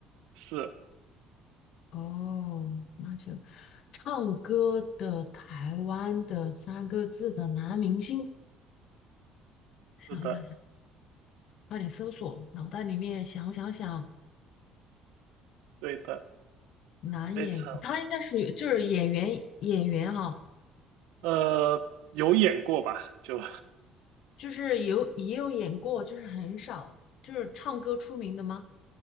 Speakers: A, on the right (about 85°); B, on the left (about 65°).
A: 是，
B: 哦，那就唱歌的台湾的三个字的男明星，想一想想，
A: 是的，
B: 快点搜索，脑袋里面想想想，
A: 对的，
B: 男演，
A: 非常，
B: 他应该属于就是演员演员哈、
A: 呃，有演过吧？就，
B: 就是有也有演过，就是很少，就是唱歌出名的吗？